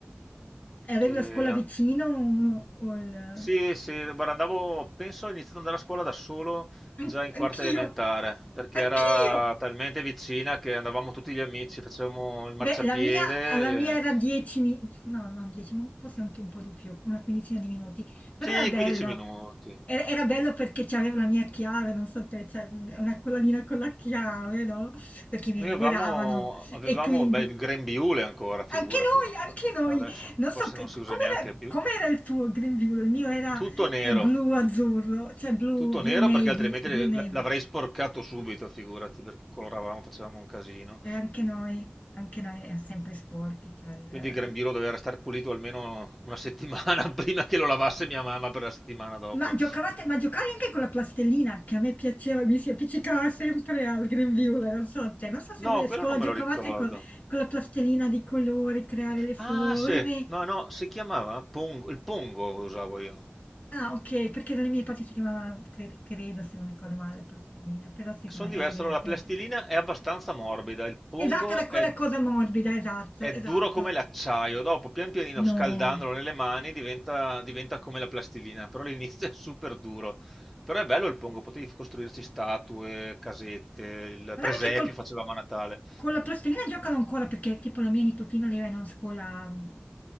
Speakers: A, in the centre; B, on the left.
A: E...
B: e avevi
A: venticinque.
B: la scuola
A: E a-
B: vicino o o il
A: Sì, sì, guarda, andavo, penso ho iniziato ad andare a scuola da solo
B: An-
A: già in quarta
B: Anch'io,
A: elementare, perché
B: anch'io.
A: era talmente vicina che andavamo tutti gli amici, facevamo il marciapiede.
B: Beh, la mia, la mia
A: eh,
B: era 10 minuti, no, no, 10, ma forse anche un po' di più, una quindicina di minuti, però
A: Sì,
B: era bello.
A: 15 minuti.
B: Era, era bello perché c'avevo la mia chiave, non so te, cioè una collanina con la chiave, no? Perché mi
A: Noi
B: lavoravano
A: avevamo, avevamo
B: e quindi
A: beh, il grembiule ancora, figurati,
B: anche noi,
A: non- so,
B: anche
A: adesso
B: noi, non
A: forse
B: so che-
A: non si
B: com'era,
A: usa neanche più.
B: com'era il tuo Green View, il mio era
A: Tutto nero,
B: eh, blu azzurro, cioè blu,
A: tutto
B: blu
A: nero
B: navy,
A: perché altrimenti
B: blu
A: l-
B: navy.
A: l'avrei sporcato subito, figurati, perché coloravamo, facevamo un casino.
B: E anche noi, anche noi è sempre sporchi, cioè il-
A: Quindi
B: eh.
A: il grembiule doveva restare pulito almeno una settimana <laughs> prima che lo lavasse mia mamma per la settimana dopo.
B: Ma giocavate, ma giocavi anche con la plastilina che a me piaceva, mi si appiccicava sempre al grembiule, non so, cioè, non so se
A: No,
B: voi a
A: quello
B: scuola
A: non me
B: giocavate
A: lo ricordo.
B: con, con la plastilina di colore, creare le forme.
A: Ah, sì, no, no, si chiamava Pongo, il Pongo usavo io.
B: Ah, ok, perché dalle mie parti si chiamava, cre- credo, se non ricordo male, plastilina, però sì,
A: Sono
B: insomma,
A: diverso,
B: era divertente.
A: allora la plastilina è abbastanza morbida, il Pongo
B: Esatto, era quella
A: è,
B: cosa morbida, esatto,
A: è
B: esatto.
A: duro come l'acciaio, dopo pian pianino
B: No.
A: scaldandolo nelle mani diventa, diventa come la plastilina, però all'inizio è super duro. Però è bello il Pongo, potevi costruirci statue, casette, il
B: Guarda
A: presepio
B: che col-
A: facevamo a Natale.
B: con la plastilina giocano ancora perché tipo la mia nipotina lei va in una scuola mh,